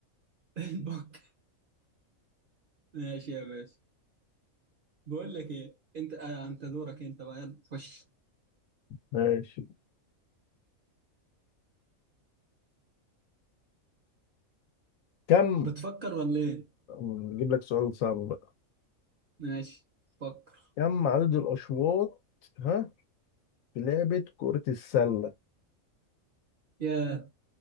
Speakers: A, on the right (about 55°); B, on the left (about 75°).
A: <laughs> البك ماشي يا باشا بقول لك إيه أنت آه أنت دورك أنت بقى يلا خش
B: ماشي كم
A: بتفكر ولا إيه
B: نجيب لك سؤال صعب بقى
A: ماشي فكر
B: كم عدد الأشواط ها في لعبة كرة السلة
A: يا